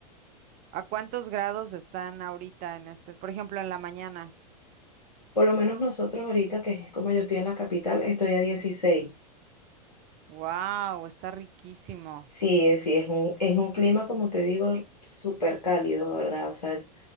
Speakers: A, on the right; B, on the left.
A: ¿A cuántos grados están ahorita en este? Por ejemplo, en la mañana.
B: Por lo menos nosotros ahorita, que es como yo estoy en la capital, estoy a dieciséis
A: Wow, está riquísimo.
B: Sí, es- sí, es un, es un clima, como te digo, súper cálido, ¿verdad? O sea,